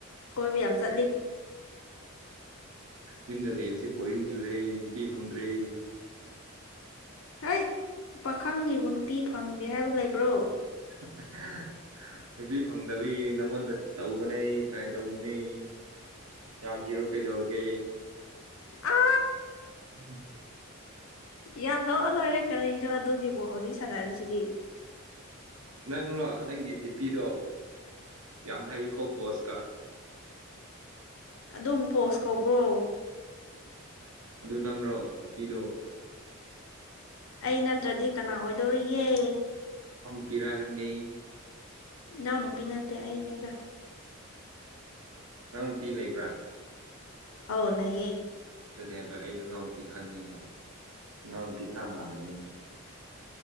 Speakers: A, on the left; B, on the right.
A: ꯀꯣꯏꯕꯤ ꯌꯥꯝ ꯀ
B: ꯌꯨꯝꯗ ꯂꯩꯕꯁꯤ ꯕꯣꯔꯤꯡ ꯆꯨꯔꯦ ꯅꯨꯄꯤ ꯐꯪꯗ꯭ꯔꯦ <unintelligible>
A: ꯍꯣꯏ ꯄꯥꯈꯪꯉꯤꯕ ꯅꯨꯄꯤ ꯐꯪꯗꯦ ꯍꯥꯏꯕ ꯂꯩꯕ꯭ꯔꯣ
B: <unintelligible> ꯅꯨꯄꯤ ꯐꯪꯗꯕꯒꯤ ꯅꯪꯉꯣꯟꯗ ꯇꯧꯕꯅꯦ ꯇ꯭ꯔꯥꯏ ꯇꯧꯕꯅꯦꯩ ꯌꯥꯕꯤ ꯌꯔꯣ ꯀꯩꯗꯧꯔꯒꯦ
A: ꯑ
B: ꯎꯦ
A: ꯌꯥꯊꯣꯛꯑ ꯂꯣꯏꯔꯦ ꯀꯔꯤꯅꯣ ꯑꯗꯨꯒꯤꯕꯨꯣ ꯍꯧꯖꯤꯛ ꯁꯥꯟꯅꯔꯤꯁꯤꯗꯤ
B: ꯅꯪꯔꯣ ꯅꯪꯒꯤ ꯗꯤꯄꯤꯗꯣ ꯌꯥꯝ ꯍꯩꯌꯦꯀꯣ ꯄꯣꯁꯀ
A: ꯑꯗꯨꯝ ꯄꯣꯁ ꯀꯧꯕ꯭ꯔꯣ
B: ꯑꯗꯨ ꯅꯪꯔꯣ ꯗꯤꯄꯤꯗꯣ
A: ꯑꯩ ꯅꯠꯇ꯭ꯔꯗꯤ ꯀꯅꯥ ꯑꯣꯏꯗꯧꯔꯤꯌꯦꯦ
B: ꯄꯤꯔꯥꯍꯦꯅꯦ
A: ꯏꯅꯥꯎ ꯅꯨꯨꯄꯤ ꯅꯠꯇꯦ ꯑꯩꯅꯦꯗ
B: ꯅꯪ ꯅꯨꯄꯤꯤ ꯂꯩꯕ꯭ꯔꯥ
A: ꯑ ꯂꯩꯌꯦ
B: ꯑꯗꯨꯅꯦ ꯍꯥꯏꯕ ꯑꯩꯩꯅ ꯏꯅꯥꯎ ꯅꯨꯄꯤ ꯈꯪꯉꯦꯕ ꯏꯅꯥꯎ ꯅꯨꯄꯤ ꯈꯔ ꯃꯥꯟꯕ ꯅꯪꯅ